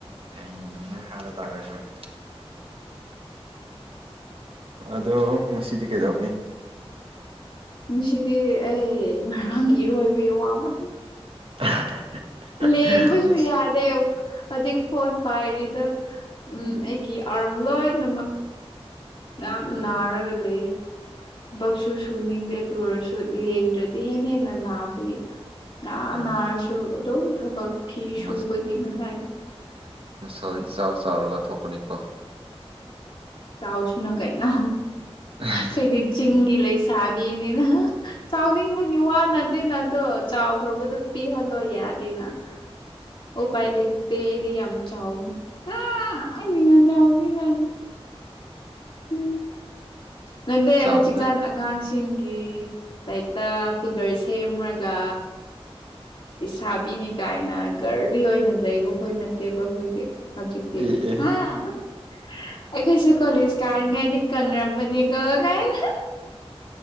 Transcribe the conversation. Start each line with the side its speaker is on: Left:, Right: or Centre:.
Right: ꯍ ꯍꯥꯏꯔꯦ ꯇꯥꯔꯦ ꯐꯣꯏ ꯑꯗꯣ ꯉꯁꯤꯗꯤ ꯀꯩꯗꯧꯕꯅꯤ
Left: ꯁꯤꯗꯤ ꯑꯩ ꯉꯔꯥꯡ ꯏꯔꯣꯏꯕꯒꯤ ꯋꯥꯃ
Right: <unintelligible>
Left: ꯂꯦꯡꯕꯁꯨ
Right: ꯃꯁ
Left: ꯌꯥꯗꯦ ꯍꯧꯖꯤꯛ ꯐꯣꯟ ꯄꯥꯏꯔꯤꯗ ꯎꯝ ꯑꯩꯒꯤ ꯑꯣꯏꯔꯝꯂꯣꯏ ꯅꯃꯛ ꯌꯥꯝ
Right: ꯎꯝ
Left: ꯅꯥꯔꯒ ꯂꯩ ꯊꯕꯛꯁꯨ ꯁꯨꯅꯤꯡꯗꯦ ꯑꯗꯨ ꯑꯣꯏꯔꯁꯨ ꯂꯦꯡꯗ꯭ꯔꯗꯤ ꯍꯦꯟꯅ ꯍꯦꯟꯅ ꯅꯥꯕꯒꯤ ꯅꯥ
Right: ꯑꯥ
Left: ꯅꯥꯔꯁꯨ ꯑꯗꯨꯝ ꯊꯕꯛ ꯐꯤ ꯁꯨꯕꯒꯤ
Right: ꯃꯁ
Left: ꯉꯥꯏꯅ
Right: ꯃꯁꯜ ꯏ ꯆꯥꯎ ꯆꯥꯎꯔꯒ ꯊꯣꯛꯀꯅꯤꯀꯣ
Left: ꯆꯥꯎꯥꯎꯁꯅ ꯀꯩꯅ
Right: ꯎ
Left: ꯍꯥꯏꯩꯗꯤ ꯆꯤꯡꯒꯤ ꯂꯩꯁꯥꯕꯤꯅꯤꯅ ꯆꯥꯎꯅꯤꯡꯕꯒꯤ ꯋꯥꯅꯗꯦꯅ ꯑꯗꯣ ꯆꯥꯎ ꯈꯕꯗꯨ ꯄꯤꯍꯜꯂꯣ ꯌꯥꯗꯦꯅ ꯑꯣ ꯄꯥꯏ ꯂꯩꯇꯗꯤ ꯌꯥꯝ ꯆꯥꯕꯅꯤ ꯅꯤꯖꯎꯗꯤ ꯀꯅꯤ ꯎ ꯅꯗꯦ
Right: ꯆꯥꯎꯕꯗꯣ
Left: ꯍꯖꯤ ꯀꯥꯡꯁꯤ ꯁꯤꯡꯒꯤ ꯇꯥꯏꯞꯇ ꯐꯤꯒꯔ ꯁꯦꯝꯔꯒ ꯁꯥꯕꯤꯅꯤ ꯀꯥꯏꯅ ꯒꯔꯂꯤ ꯑꯣꯏꯅ ꯂꯩꯕꯈꯣꯏ ꯅꯠꯇꯦꯕꯈꯣꯏꯗꯤ ꯍꯧꯖꯤꯛꯇꯤ
Right: ꯑꯦ ꯑꯦ
Left: ꯑꯩꯈꯣꯏꯁꯨꯦ ꯀꯣꯂꯦꯖ ꯀꯥꯔꯤꯉꯥꯏꯗꯤ ꯀꯪꯔꯝꯕꯅꯦꯒ ꯀꯥꯏꯅ